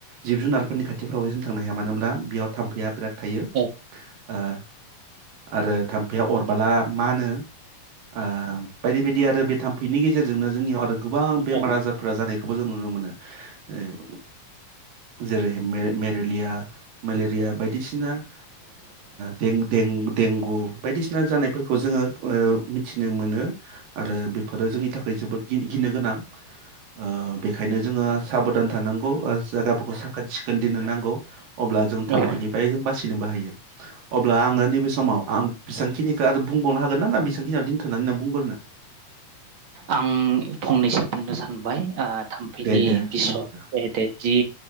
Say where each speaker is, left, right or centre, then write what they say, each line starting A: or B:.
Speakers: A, on the right; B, on the right.
A: जिब जुनारफोरनि खाथिफ्राव जों थांनो हाया मानो होनब्ला बेयाव थाम्फैया बिराद थायो
B: औ
A: ओ आरो थाम्फैया अरबोलाब मा होनो ओ बायदि बायदि आरो बे थाम्फैनि गेजेरजोंनो जोंनियाव गोबां बेमार
B: औ
A: आजारफोरा जानायखौबो जों नुनो मोनो। ऐम जेरै हा मेर मेलेरिया मेलेरिया बायदिसिना ओ दें- दें देंगु बायदिसिना जानाय फोरखौ जोङो ओ मिथिनो मोनो आरो बेफोरो जोंनि थाखाय जोबोद गि गिनो गोनां। ओ बेखायनो जोङो साबधान थानांगौ ओ जागाफोरखौ साखोन सिखोन दोननो नांगौ। अब्ला जों
B: औ
A: थाम्फैनिफ्राय जों बासिनो बाहायो। अब्ला आङो नैबे समाव आं बेसांखिनिखो आरो बुंबावनो हागोन ना ना बेसांखिनियावनो दोनथ'नानै नों बुंग्रोनो?
B: आं फंनैसो बुंनो सानबाय ओ थाम्फैनि
A: दे दे
B: बिस'
A: बुंग्रोदो
B: जेहेते जि